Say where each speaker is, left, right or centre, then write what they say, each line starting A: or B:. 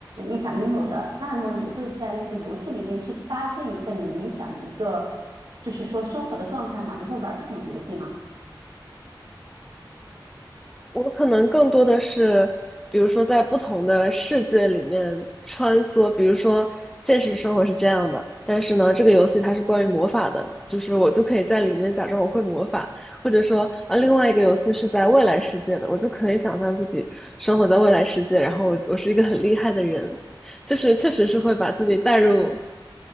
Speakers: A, on the right; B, in the centre.
A: 你想拥有的，那么你会在那个游戏里面去搭建一个你理想的一个，就是说生活的状态吗？你会玩这种游戏吗？
B: 我可能更多的是，比如说在不同的世界里面穿梭，比如说现实生活是这样的，但是呢，这个游戏它是关于魔法的，就是我就可以在里面假装我会魔法，或者说啊，另外一个游戏是在未来世界的，我就可以想象自己生活在未来世界，然后我我是一个很厉害的人。就是确实是会把自己带入